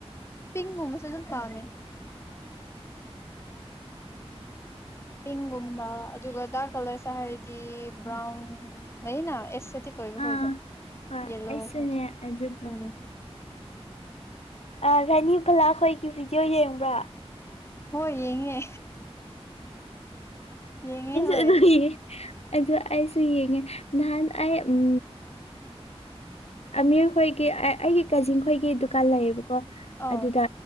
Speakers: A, on the left; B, on the left.
A: ꯄꯤꯡꯒꯨꯝꯕꯁꯨ ꯑꯗꯨꯝ ꯄꯥꯝꯃꯦ
B: <inaudible>
A: ꯄꯤꯡꯒꯨꯝꯕ ꯑꯗꯨꯒ ꯗꯥꯔꯛ ꯀꯂꯔꯁꯨ ꯍꯥꯏꯔꯗꯤ ꯕ꯭ꯔꯥꯎꯟ ꯂꯩꯌꯦꯅ ꯑꯦꯁ ꯊꯦꯊꯤꯛ ꯑꫭꯏꯕ ꯈꫭꯏꯗꫭ
B: ꯑꯥ ꯍꯣꯏ
A: ꯌꯦꯂꯣ
B: ꯑꯩꯁꯨꯅꯦ
A: ꯍꫭꯏꯗꫭ
B: ꯑꯗꯨꯗꯣ
A: ꯎꯝ
B: ꯑ ꯔꯥꯅꯤꯕꯂꯥꯈꯣꯏꯒꯤ ꯚꯤꯗꯤꯑꯣ ꯌꯦꯡꯕ꯭ꯔ
A: ꯍꯣꯏ ꯌꯦꯡꯉꯦ ꯌꯦꯡꯉꯦ
B: ꯑꯩꯁꯨ
A: ꯍꯣꯏ
B: ꯑꯗꯨ ꯌꯦ ꯑꯗꯨ ꯑꯩꯁꯨ ꯌꯦꯡꯉꯦ ꯅꯍꯥꯟ ꯑꯩ ꯎꯝ ꯑꯃꯤꯔꯈꯣꯏꯒꯤ ꯑꯩꯒꯤ ꯀꯖꯤꯟ ꯈꯣꯏꯒꯤ ꯗꯨꯀꯥꯟ ꯂꯩꯌꯦꯕꯀꯣ
A: ꯑꯧ
B: ꯑꯗꯨꯗ